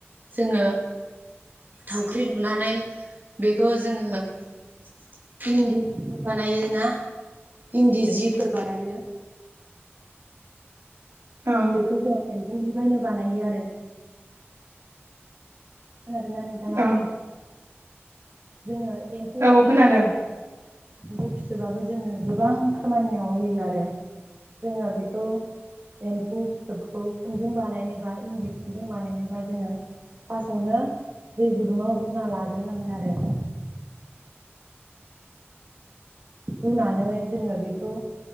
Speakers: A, on the right (about 45°); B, on the right (about 75°).
A: जोङो। थावख्रि लुनानै बेखौ जोङो इन्दि खुन्दुं बानायो ना इन्दि जिफोर बानायो
B: औ
A: बेखौ जों एम्फौनिफ्रायनो बानायो आरो खोनादोंना नोंथाङा?
B: औ
A: जोङो एम्फौ
B: औ खोनादों
A: एमबु एम्फौ फिथोबाबो जोंनो गोबां खामानियाव होयो आरो जोङो बेखौ एम्फौ फिथोबखौ खुन्दुं बानायनोबा इन्दि खुन्दुं बानायनोबा जोङो फार्स्टआवनो दै गुदुङाव रुना लाग्रोनांगोन आरो। रुनानै जोङो बेखौ